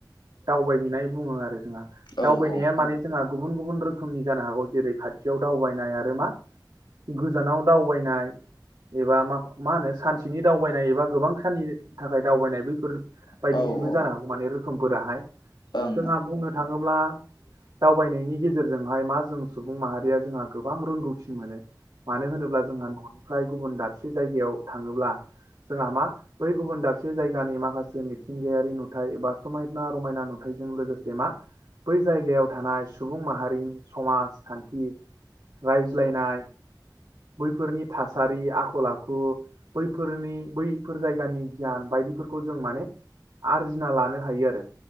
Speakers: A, on the right; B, on the left.
A: दावबायहैनाय बुङो आरो जोंहा दावबायनाया
B: औ औ
A: माने ज जोंहा गुबुन गुबुन रोखोमनि जानो हागौ जेरै खाथियाव दावबायनाय आरो मा गोजानाव दावबायनाय। एबा मा मा होनो सानसेनि दावबायनाय एबा गोबां साननि थाखाय दावबायनाय बैफोर
B: औ
A: बायदिबो
B: औ
A: जानो हागौ माने रोखोमफोराहाय
B: ओं
A: जोंहा बुंनो थाङोब्ला दावबायनायनि गेजेरज जोंहाय मा जों सुबुं माहारिया जोंहा गोबां रोंगौथि मोनो। मानो होनोब्ला जोंहा न'निफ्राय गुबुन दाबसे जायगायाव थाङोब्ला जोंहा मा बै गुबुन दाबसे जायगानि माखासे मिथिंगायारि नुथाय एबा समायना रमायना नुथायजों लोगोसे मा बै जायगायाव थानाय सुबुं माहार रिनि समाजखान्थि रायज्लायनाय बैफोरनि थासारि आखल आखु बैफोरनि बै फोर जायगानि गियान बायदिफोरखौ जों माने आरजिना लानो हायो आरो।